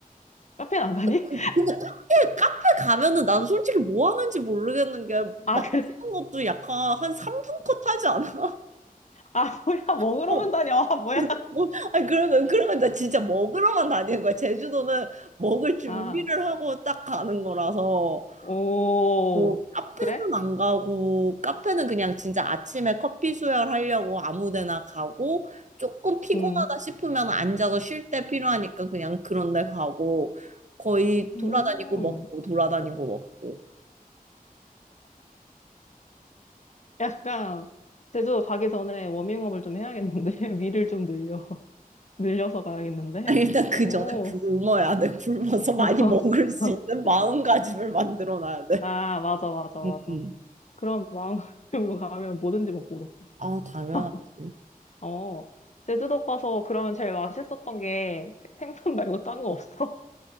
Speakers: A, on the left; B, on the right.
A: 카페는 안 가니?
B: 그- 근데 카페, 카페 가면은 난 솔직히 뭐 하는지 모르겠는 게
A: 아,
B: 맛있는
A: 그래?
B: 것도 약간 한 3분컷 하지 않아?
A: 아, 뭐야.
B: <laughs>
A: 먹으러만
B: 어.
A: 다녀. <laughs> 아, 뭐야.
B: 뭐, 아니 그러면 그러면 나 진짜 먹으러만 다니는 거야. 제주도는 먹을 준비를
A: 아,
B: 하고 딱 가는 거라서
A: 오,
B: 뭐 카페는
A: 그래?
B: 안 가고 카페는 그냥 진짜 아침에 커피 수혈하려고 아무 데나 가고 조금 피곤하다
A: 음.
B: 싶으면 앉아서 쉴 때 필요하니까 그냥 그런 데 가고 거의
A: 음.
B: 돌아다니고 먹고 돌아다니고 먹고
A: 약간 제주도 가기 전에 워밍업을 좀 해야겠는데 <laughs> 위를 좀 늘려 <laughs> 늘려서 가야겠는데
B: 아니, 일단 그
A: 오
B: 전에 굶어야 돼. 굶어서 많이
A: <laughs>
B: 먹을 수 있는 마음가짐을 만들어 놔야 돼.
A: 아 맞아 맞아 맞아
B: 응, 응.
A: 그런 마음가짐으로 가면 뭐든지 먹고 오겠다
B: 아, 당연하지.
A: <laughs> 어 제주도 가서 그러면 제일 맛있었던 게 생선 말고 딴 거 없어?